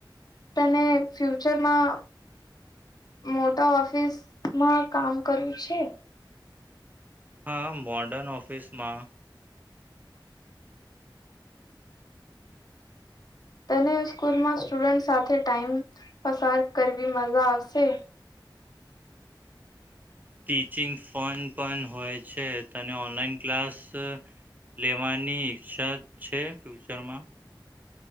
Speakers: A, on the left; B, on the right.
A: તને ફ્યુચરમાં મોટા ઓફિસમાં કામ કર્યું છે?
B: હા મોર્ડન ઓફિસમાં.
A: તને સ્કૂલમાં સ્ટુડન્ટ સાથે ટાઈમ પસાર કરવી મજા આવશે?
B: ટીચિંગ ફોન પણ હોય છે, તને ઓનલાઈન ક્લાસ લેવાની ઈચ્છા છે ફ્યુચરમાં?